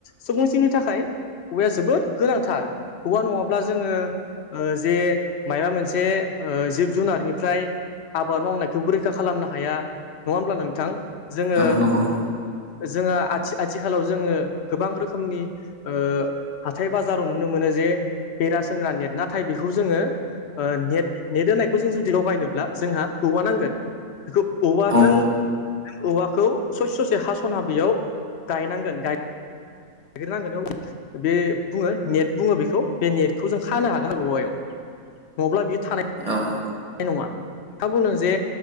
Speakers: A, on the left (about 65°); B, on the right (about 30°).
A: सुबुं जिउनि थाखाय औवाया जोबोद गोनांथार औवा नङाब्ला जोङो ओ जे मायबा मोनसे ओ जिब जुनारनिफ्राय आबाद मावनायखौबो रैखा खालामनो हाया नङा ओमब्ला नोंथां? जोङो
B: औ नंगौ
A: जोङो आथि आथिखालाव जोङो गोबां रोखोमनि ओ हाथाय बाजाराव नुनो मोनो जे बेरा सोंग्रा नेट नाथाय बेखौ जोङो ओ नेट नेट होनायखौ जों जुदि लगायनोब्ला जोंहा औवा नांगोन बेखौ औवाजों
B: औ
A: जों औवाखौ ससे ससे हास'ना बेयाव गायनांगोन गाय ग्रोनांगोन औ बे बुङो नेट बुङो बेखौ बे नेटखौ जों खानो हागोन औवायाव। नङाब्ला बि थानाय
B: औ
A: नङा नोंथाङा बुंदों जे